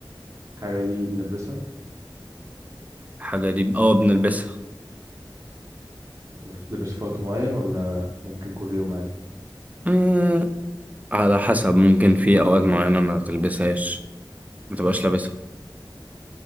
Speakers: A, on the right; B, on the right.
A: الحاجة دي بنلبسها
B: الحاجه دي اه بنلبسها
A: بتتلبس في وقت معين ولا ممكن كل يوم عادي
B: أه، على حسب ممكن في اوقات معينه ما تلبسهاش ما تبقاش لابسها